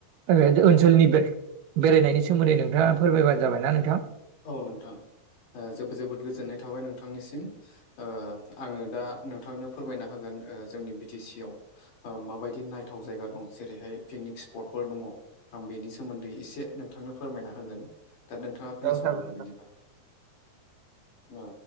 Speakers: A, on the right; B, on the left.
A: ओनसोलनि बे बेरायनायनि सोमोन्दै नोंथाङा फोरमायबानो जाबायना नोंथां
B: औ नोंथां ओ जोबोद जोबोद गोजोननाय थाबाय नोंथांनिसिम ओ आङो दा नोंथांनो फोरमायना होगोन जोंनि बि टि सि आव ओ माबायदि नायथाव जायगा दं जेरैहाय पिकनिक स्पटफोर दङ आं बेनि सोमोन्दै एसे नोंथांनो फोरमायना होगोन दा नोंथाङा खोनासंलांदो
A: जागोन जागोन
B: बिदिबा ना